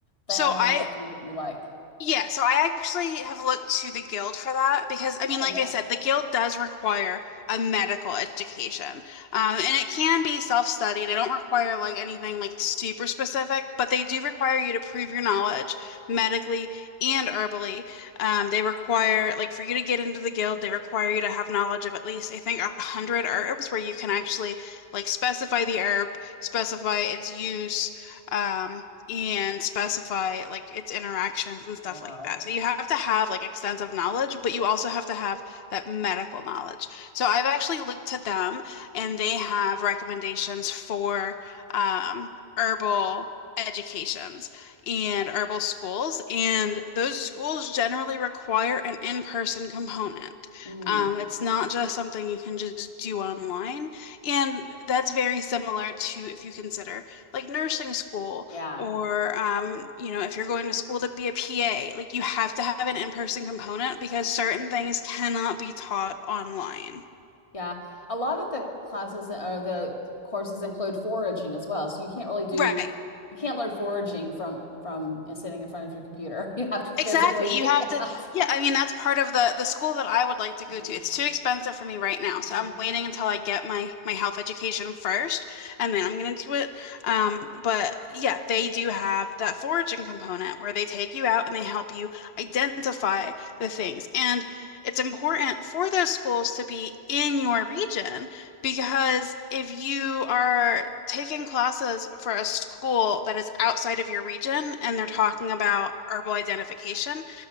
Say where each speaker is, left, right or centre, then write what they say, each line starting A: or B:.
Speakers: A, on the left; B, on the left.
A: found
B: So I
A: a few that you like?
B: Yeah, so I actually have looked to the guild for that because I
A: Oh
B: mean, like
A: yeah.
B: I said, the guild does require a medical education. Um, and it can be self-study. They don't require like anything like super specific, but they do require you to prove your knowledge medically and herbally. Um, they require like for you to get into the guild, they require you to have knowledge of at least I think a hundred herbs where you can actually like specify the herb, specify its use um, and specify like its interactions and stuff
A: Wow.
B: like that. So you have to have like extensive knowledge, but you also have to have that medical knowledge. So I've actually looked to them and they have recommendations for um, herbal educations and herbal schools. And those schools generally require an in-person component.
A: Mm,
B: Um, it's not just something you can just do online. And that's very similar to if you consider like nursing school
A: yeah.
B: or um, you know, if you're going to school to be a PA, like you have to have an in-person component because certain things cannot be taught online.
A: Yeah. A lot of the classes or the courses include foraging as well. So you can't really do
B: Right.
A: you can't learn foraging from from uh, sitting in front of your computer. <laughs> You have to physically
B: Exactly. You
A: be
B: have
A: <laughs>
B: to,
A: out.
B: yeah, I mean that's part of the the school that I would like to
A: hmm
B: go to. It's too expensive for me right now,
A: hmm
B: so I'm waiting until I get my my health education first, and then I'm gonna do it. Um, but yeah, they do have that foraging component where they take you out and they help you identify the things. And it's important for those schools to be in your region because if you are taking classes for a school that is outside of your region and they're talking about herbal identification,